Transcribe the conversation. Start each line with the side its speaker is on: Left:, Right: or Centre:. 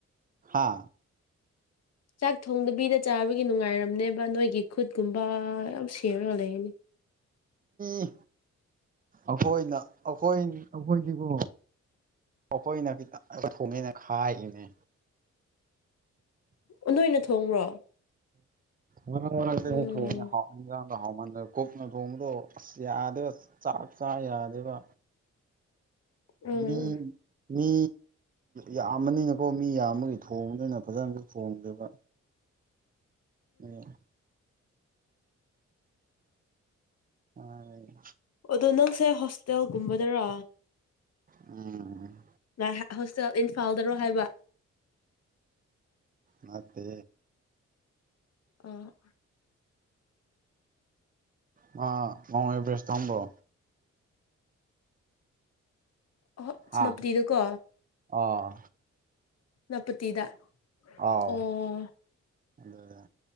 Right: ꯍꯥꯥ
Left: ꯆꯥꯛ ꯊꯣꯡꯗꯕꯤꯗ ꯆꯥꯕꯒꯤ ꯅꯨꯡꯉꯥꯏꯔꯝꯅꯦꯕ ꯅꯣꯏꯒꯤ ꯈꯨꯠꯀꯨꯝꯕ ꯌꯥꯝ ꯁꯦꯝꯔꯒ ꯂꯩꯅꯤ
Right: ꯏ ꯑꯈꯣꯏꯅ ꯑꯈꯣꯏ ꯑꯈꯣꯏꯗꯤꯀꯣ ꯑꯩꯈꯣꯏꯅ ꯈꯤꯇꯪ ꯊꯣꯡꯉꯦꯅ ꯈꯥꯏꯌꯤꯅꯦ
Left: ꯑꯣ ꯅꯣꯏꯅ ꯊꯣꯡꯕ꯭ꯔꯣ
Right: ꯃꯔꯛ ꯃꯔꯛꯇꯗꯤ
Left: ꯎꯝ
Right: ꯊꯣꯡꯉꯦ ꯍꯥꯎ ꯏꯟꯖꯥꯡꯗꯣ ꯍꯥꯡꯃꯟꯗ ꯀꯨꯛꯅ ꯊꯣꯡꯕꯗꯣ ꯑꯁ ꯌꯥꯗꯦꯕ ꯆꯥꯛ ꯆꯥ ꯌꯥꯗꯦꯕ
Left: ꯎꯝ
Right: ꯃꯤ ꯃꯤ ꯌꯥꯝꯕꯅꯤꯅꯀꯣ ꯃꯤ ꯌꯥꯝꯕꯒꯤ ꯊꯣꯡꯕꯅꯤꯅ ꯐꯖꯅꯁꯨ ꯊꯣꯡꯗꯦꯕ ꯎꯝ ꯍꯣꯏ꯫
Left: ꯑꯗꯣ ꯅꯪꯁꯦ ꯍꯣꯁꯇꯦꯜꯒꯨꯝꯕꯗꯔ꯫
Right: ꯎꯝ꯫
Left: ꯅꯪ ꯍꯣꯁꯇꯦꯜ ꯏꯝꯐꯥꯜꯗꯔꯣ ꯍꯥꯏꯕ꯫
Right: ꯅꯠꯇꯦ꯫
Left: ꯑ꯫
Right: ꯃꯥ ꯃꯥꯎꯟ ꯑꯦꯚꯔꯦꯁ ꯇꯝꯕ꯭ꯔꯣ꯫
Left: ꯑꯍꯣ
Right: ꯍꯥ
Left: ꯁꯦꯅꯥꯄꯇꯤꯗꯀꯣ꯫
Right: ꯑꯥ꯫
Left: ꯁꯦꯅꯥꯄꯇꯤꯗ꯫
Right: ꯑꯥꯎ
Left: ꯑꯣ
Right: ꯑꯗꯨꯗ꯫